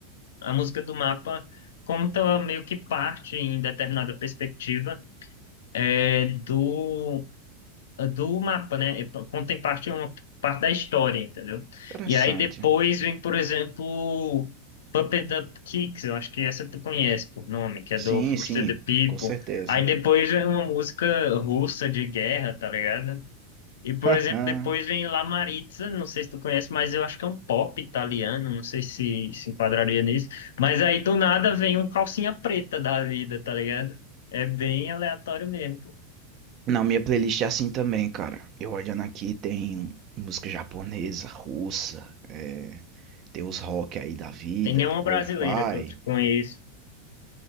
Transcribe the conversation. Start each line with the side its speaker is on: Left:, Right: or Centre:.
Left: A música do mapa conta meio que parte, em determinada perspectiva, é, do, do mapa, né? Conta em parte uma parte da história, entendeu?
Right: Interessante.
Left: E aí depois vem, por exemplo, Puppet Up Kicks, eu acho que essa tu conhece por nome, que é
Right: Sim,
Left: do Foster
Right: sim,
Left: the People.
Right: com certeza.
Left: Aí depois vem uma música russa de guerra, tá ligado? E, por
Right: <laughs>
Left: exemplo, depois vem La Maritza, não sei se tu conhece, mas eu acho que é um pop italiano, não sei se se enquadraria nisso. Mas aí do nada vem um calcinha preta da vida, tá ligado? É bem aleatório mesmo. pô.
Right: não, minha playlist é assim também, cara. Eu olhando aqui tem música japonesa, russa, é, tem os rock aí da vida,
Left: Tem nenhuma
Right: lo-fi.
Left: brasileira que eu conheço.